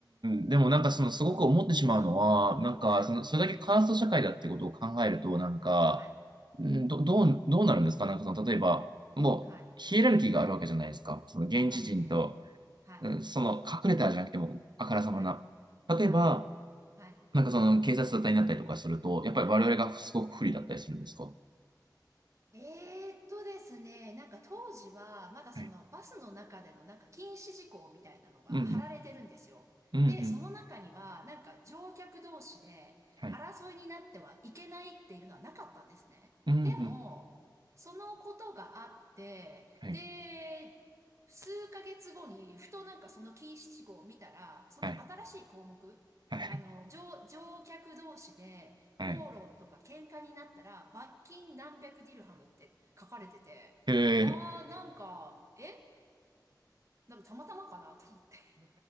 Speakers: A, on the right; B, on the right.
A: ん、でもなんかそのすごく思ってしまうのは、
B: <laughs>
A: なんかその、
B: はい。
A: それだけカースト社会だってことを考えると、なんか、
B: はい。
A: うんど、どう、どうなるんですかなんかその、例えば、もう、
B: はい。
A: ヒエラルキーがあるわけじゃないですか。その現地人と、
B: ありますね。はい。
A: うんその隠れたじゃなくても、あからさまな。
B: はい。
A: 例えば、
B: はい。はい。
A: なんかその警察沙汰になったりとかすると、やっぱり我々がすごく不利だったりするんですか
B: はい。えーっとですね、なんか当時は、まだそのバスの中でのなんか禁止事項みたいなのが貼られてるんですよ。
A: はいうんうん。うんうん。
B: で、その中には、なんか乗客同士で争いになってはいけないっていうのはなかったんですね。
A: はい。うんうん。
B: でも、そのことがあって、
A: はい。
B: で、数ヶ月後に、ふとなんかその禁止事項を見たら、その新しい項目、
A: はい。はい。
B: あの、乗、乗客同士で、
A: はい。
B: 口論とか喧嘩になったら、罰金何百ディルハムって書かれてて、
A: へえ
B: あー、なんか、えなんかたまたまかなと思って。